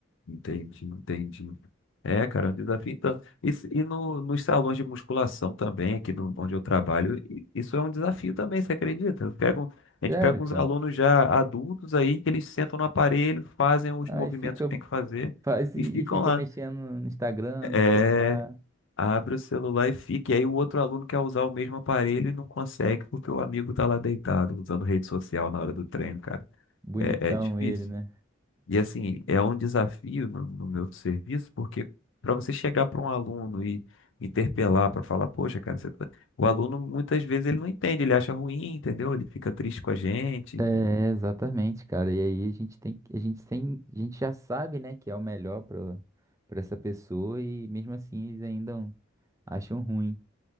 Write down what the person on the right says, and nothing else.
Sério,
cara.
Aí
fica,
faz
e,
e fica
mexendo no Instagram,
no celular.
Bonitão
ele, né?
É, exatamente, cara. E aí a gente tem, que- a gente tem, a gente já sabe, né, que é o melhor para para essa pessoa e mesmo assim eles ainda acham ruim.